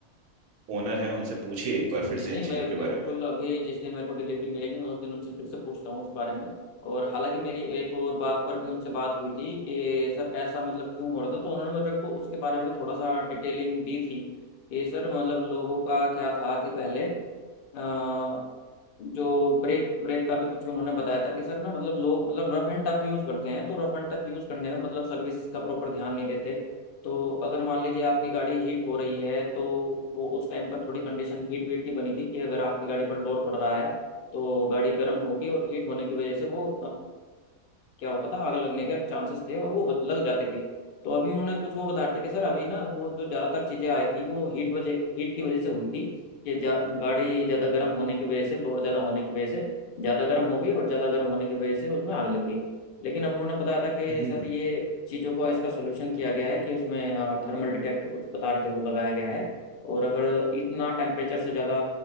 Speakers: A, on the right (about 75°); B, on the left (about 75°).
A: ओनर हैं उनसे पूछिए एक
B: जी
A: बार फिर
B: जी
A: से
B: नहीं
A: इन
B: मैं
A: चीजों के
B: बिल्कुल
A: बारे में
B: अभी जिस दिन मेरे को डिलीवरी मिलेगी मैं उस दिन उनसे फिर से पूछता हूँ उस बारे में और हालांकि मेरी एक और बात पर भी उनसे बात हुई थी कि सर ऐसा मतलब क्यों हो रहा था तो उन्होंने मुझे को उसके बारे में थोड़ा सा डिटेलिंग दी थी कि सर मतलब लोगों का क्या था कि पहले अ, जो ब्रेक ब्रेक का भी कुछ उन्होंने बताया था कि सर ना मतलब लोग मतलब रफ एंड टफ यूज करते हैं तो रफ एंड टफ यूज करने में मतलब सर्विस का प्रॉपर ध्यान नहीं देते तो अगर मान लीजिए आपकी गाड़ी हीट हो रही है तो वो उस टाइम पर थोड़ी कंडीशन हीट वीट की बनी थी कि अगर आपकी गाड़ी पर लोड पड़ रहा है तो गाड़ी गर्म होगी और हीट होने की वजह से वो क्या होता था आग लगने के चांसेस थे और वो हो- लग जाती थी तो अभी उन्होंने कुछ वो बता रहे थे कि सर अभी ना वो जो ज्यादातर चीजें आई थी वो हीट वजह हीट की वजह से हुई थी कि जा, गाड़ी ज्यादा गर्म होने की वजह से लोड ज्यादा होने की वजह से ज्यादा गर्म हो गई और ज्यादा गर्म होने की वजह से उसमें आग लग गई लेकिन अब उन्होंने बताया था कि
A: हम्म
B: सर ये चीजों का इसका सोल्यूशन किया गया है कि उसमें थर्मल डिटेक्टर कुछ बता रहे थे वो लगाया गया है और अगर इतना टेम्परेचर से ज्यादा